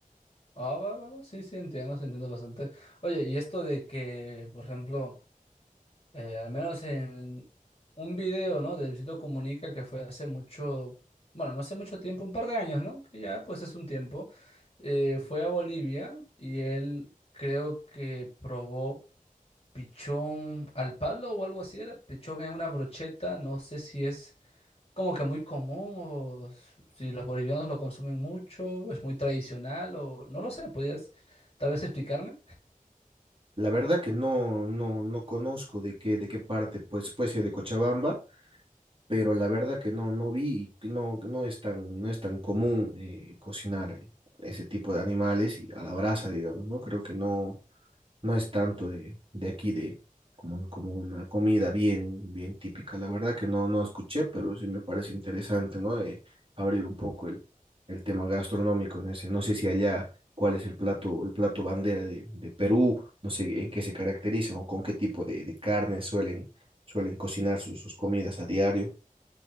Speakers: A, on the left; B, on the right.
A: ah, va, va, va, sí, sí, entiendo, sí, entiendo bastante. Oye, y esto de que, por ejemplo... eh, al menos en un video, ¿no? De Luisito Comunica que fue hace mucho, bueno, no hace mucho tiempo, un par de años, ¿no? Que ya pues es un tiempo. eh, fue a Bolivia y él creo que probó pichón al palo o algo así, era pichón en una brocheta, no sé si es como que muy común o s- si los bolivianos lo consumen mucho, es muy tradicional o no lo sé, podrías tal vez explicarme.
B: La verdad que no, no, no conozco de qué, de qué parte, pues puede ser de Cochabamba, pero la verdad que no, no vi, y que no, no es tan, no es tan común eh, cocinar eh, ese tipo de animales y a la brasa, digamos, ¿no? Creo que no, no es tanto de, de aquí, de como, como una comida bien, bien típica. La verdad que no, no escuché, pero sí me parece interesante, ¿no? De abrir un poco el, el tema gastronómico en ese. No sé si allá cuál es el plato, el plato bandera de, de Perú, no sé en qué se caracterizan o con qué tipo de, de carne suelen, suelen cocinar sus, sus comidas a diario.